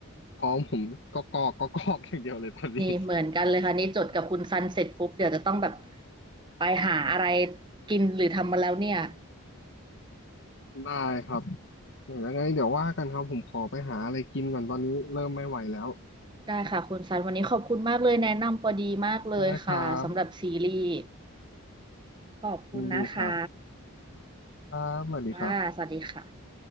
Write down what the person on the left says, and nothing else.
พร้อมผมก็กอกก็กอกอย่างเดียวเลยตอนนี้
ได้ครับยังไงเดี๋ยวว่ากันครับผมขอไปหาอะไรกินก่อนตอนนี้เริ่มไม่ไหวแล้ว
ได้ครับ
ยินดีครับครับสวัสดีครับ